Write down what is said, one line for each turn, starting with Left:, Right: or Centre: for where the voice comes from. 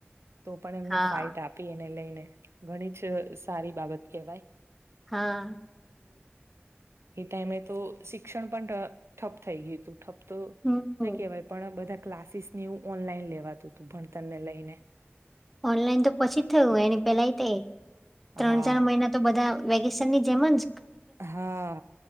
Right: તો પણ એમને
Centre: હા
Right: ફાઇટ આપી એને લઈને ઘણી જ સારી બાબત કેવાય
Centre: હા
Right: એ ટાઈમે તો શિક્ષણ પણ ઠપ થઈ ગયું હતું, ઠપ તો,
Centre: હમ
Right: ના કહેવાય પણ બધા ક્લાસીસ ની એવુ ઓનલાઈન લેવાતું હતું ભણતર ને લઈને
Centre: ઓનલાઈન તો પછી થયું એને પેલાય તે ત્રણ,
Right: હા
Centre: ચાર, મહિના તો બધા વેકેશન ની જેમજ
Right: હા,